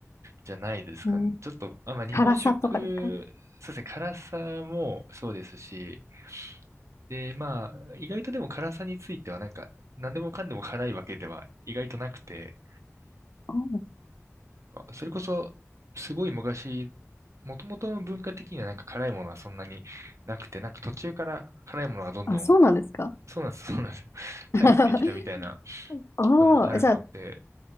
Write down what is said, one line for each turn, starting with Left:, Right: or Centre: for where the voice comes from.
Right: じゃないですかね。
Left: うん
Right: ちょっと、あ、まあ、日本食、
Left: 辛さとかですか
Right: そうですね、辛さもそうですし、で、まあ、意外とでも辛さについてはなんか、何でもかんでも辛いわけでは意外となくて、
Left: おう
Right: なんか、それこそ、すごい昔、もともとの文化的にはなんか辛いものはそんなになくて、なんか途中から辛いものがどんどん、
Left: あ、そうなんですか
Right: そうなんです、そうなんですよ。入ってきたみたいな
Left: <laughs> おー、
Right: のもあるので、
Left: じゃあ、